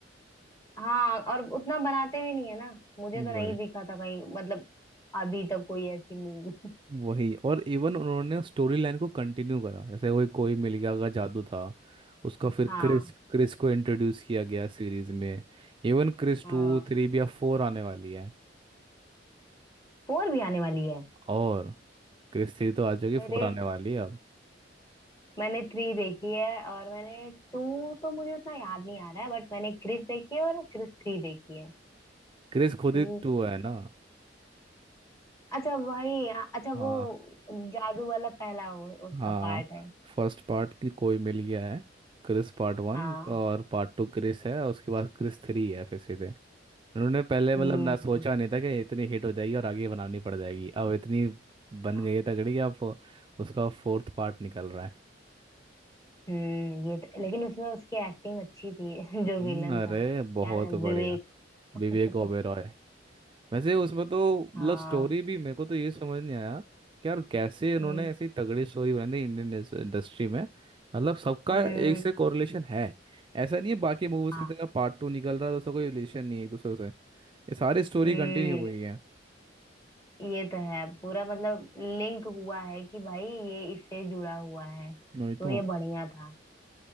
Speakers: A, on the left (about 20°); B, on the right (about 25°).
A: हाँ और उतना बनाते भी नहीं है ना मुझे तो
B: वो
A: नहीं
B: है
A: दिखा था कहीं मतलब अभी तक कोई ऐसी मूवी
B: वही और इवन उन्होंने स्टोरी लाइन को कंटिन्यू करा जैसे वही कोई मिल गया का जादू था उसका फिर
A: <laughs> हाँ
B: क्रिस क्रिस को इंट्रोड्यूस किया गया सीरीज में इवन क्रिस
A: हाँ
B: टू थ्री भी अब फोर आने वाली है
A: फोर भी आने वाली है
B: और क्रिस थ्री तो आ जाएगी
A: अरे
B: फोर आने वाली है अब
A: मैंने थ्री देखी है और मैंने टू तो मुझे उतना याद नहीं आ रहा है बट मैंने क्रिस देखी है और क्रिस थ्री देखी है
B: क्रिस खुद
A: टू
B: ही टू है ना
A: अच्छा भाई अच्छा
B: हाँ
A: वो जादू वाला पहला वो, उसका
B: हाँ
A: पार्ट है
B: फर्स्ट पार्ट की कोई मिल गया है क्रिस पार्ट वन
A: हाँ
B: और पार्ट टू क्रिस है और उसके बाद क्रिस थ्री है फिर सीधे उन्होंने पहले मतलब
A: हम्म
B: ना सोचा
A: हम्म,
B: नहीं था कि इतनी हिट हो जाएगी और आगे बनानी पड़ जाएगी अब इतनी बन
A: हाँ
B: गई है तगड़ी कि अब उसका फोर्थ पार्ट निकल रहा है
A: हम्म ये तो लेकिन उसमें उसकी एक्टिंग अच्छी थी <laughs>
B: हम्म,
A: जो विलन
B: अरे
A: था
B: बहुत
A: क्या नाम
B: बढ़िया
A: विवेक
B: विवेक ओबेरॉय
A: <laughs>
B: वैसे उसमें तो मतलब
A: हाँ
B: स्टोरी भी मेरे को तो ये समझ नहीं आया कि यार कैसे उन्होंने
A: हम्म
B: ऐसी तगड़ी स्टोरी बनाई थी इंडियन इंडस्ट्री में मतलब सबका
A: हम्म
B: एक से कोरिलेशन है ऐसा नहीं है बाकी मूवीज
A: हाँ
B: की तरह पार्ट टू निकल रहा है तो उसका कोई रिलेशन नहीं है एक दूसरे से ये सारी स्टोरी
A: हम्म
B: कंटिन्यू हुई है
A: ये तो है पूरा मतलब लिंक हुआ है कि भाई ये इससे जुड़ा हुआ है तो
B: वही तो
A: ये बढ़िया था